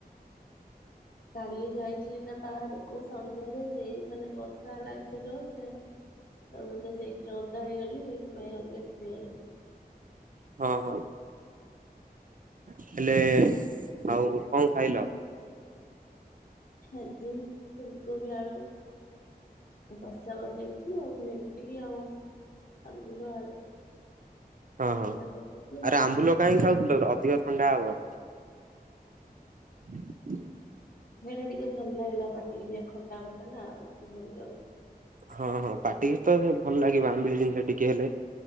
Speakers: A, on the left; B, on the right.
A: କାଲି ଯାଇଥିଲି ନା ବାହାରକୁ। ସନ୍ଧ୍ୟାରେ ହେଇ ମାନେ ବର୍ଷା ହେଲା ଏତେ ଜୋର୍ ସେ ଆଉ ମାନେ ସେଇଥିରେ ଓଦା ହେଇଗଲି। ସେଇଥିପାଇଁ ବେସି ହେଲା।
B: ହଁ, ହଁ। ହେଲେ, ଆଉ କଣ ଖାଇଲ?
A: ଆଜି ଫୁଲ୍ କୋବି ଆଳୁ। କଷା ବନେଇଥିଲୁ ଆଉ, ଭେଣ୍ଡି ଆଉ ଆମ୍ବୁଲ ଆଳୁ।
B: ହଁ ହଁ
A: ଏଇରା
B: ଆରେ!
A: ପକେଇଥିଲୁ ଭାତ
B: ଆମ୍ବୁଲ କାହିଁକି ଖାଉଥିଲ, ଅଧିକ ଥଣ୍ଡା ହବ। <unintelligible>
A: ସେଇଟା ଟିକେ ଭଲ୍ ଲାଗିଲା। ପାଟିକି ଟିକେ ଖଟା ଖଟା ନା, ଆଉି କିଛି ଭଲ୍ ଲାଗୁନି।
B: ହଁ ହଁ, ପାଟିକି ତ ଭଲ ଲାଗିବ। ଆମ୍ବିଳି ଜିନିଷ ଟିକେ ହେଲେ,